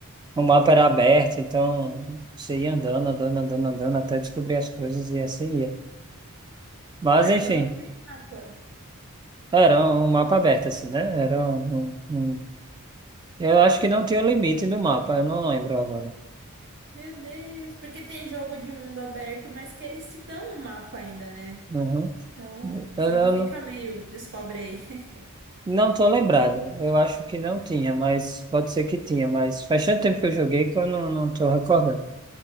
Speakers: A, on the right; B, on the right.
A: O mapa era aberto, então você ia andando, andando, andando, andando, até descobrir as coisas e assim ia. Mas
B: Ah,
A: enfim,
B: então não tem mapa.
A: era um mapa aberto, assim, né? Era um, um- um- Eu acho que não tinha limite do mapa, eu não lembro agora.
B: Meu Deus, porque tem jogo de mundo aberto, mas que eles te dão um mapa ainda, né?
A: Uhum.
B: Então,
A: Eu,
B: você
A: eu
B: não fica
A: não,
B: meio, descobre aí. <laughs>
A: não tô lembrado, eu acho que não tinha, mas pode ser que tinha, mas faz tanto tempo que eu joguei que eu não, não tô recordando.